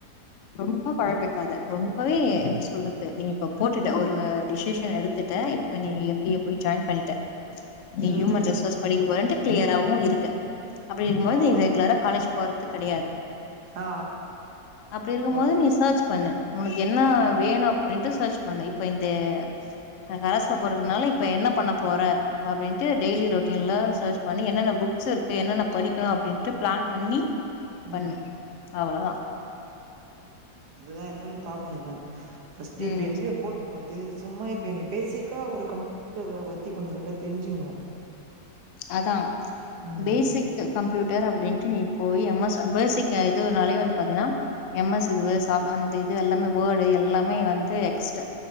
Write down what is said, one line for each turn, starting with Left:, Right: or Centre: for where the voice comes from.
Left: ரொம்போ கொழம்பிக்காத ரொம்பவே எப்டி சொல்றது நீ இப்ப போட்டுட்ட ஒரு டிசிஷன் எடுத்துட்ட இப்ப நீ எம் பி ஏ போய் ஜாய்ன் பண்ணிட்ட நீ
Right: ம்
Left: ஹியூமன்
Right: ம்
Left: ரிசோர்ஸ் படிக்க போறன்ட்டு கிளியராவு இருக்க அப்டி இருக்குமோது
Right: ஆ
Left: நீ ரெக்லரா காலேஜ் போறது கெடையாது
Right: ஆ
Left: அப்டி இருக்குமோது
Right: இப்போ
Left: நீ சர்ச் பண்ணு உனக்கு என்ன வேணு அப்டின்ட்டு சர்ச் பண்ணு இப்ப இந்தே அ கரஸ்ல போறதுனால இப்ப என்ன பண்ண போற அப்டின்ட்டு டெய்லி ரொட்டின்ல சர்ச் பண்ணி என்னென்ன புக்ஸ் இருக்கு என்னென்ன படிக்லா அப்டின்ட்டு பிளான் பண்ணி பண்ணு
Right: ம்
Left: அவுளோதா
Right: அதுதா என்னன் பாக்கணு ஃபஸ்ட்டு
Left: ம்
Right: இப்ப எம் பி ஏ போட் டு வந்து சும்மா இப்ப எனுகு பேசிக்கா ஒரு கம்ப்ட்டர பத்தி கொஞ்சு லட்டா தெஞ்சுகுனு
Left: அதா
Right: ம்
Left: பேஸி க்கு கம்ப்யூட்டர் அப்டின்ட்டு நீ போய் எம் எஸ் பேசிக் அ இதுவுனாலே வந்து பாத்தீனா எம் எஸ் இது வேஸ் ஹாஃப் அந்த இது எல்லாமே வேர்ட் டு எல்லாமே வந்து எக்ஸ்ட்டு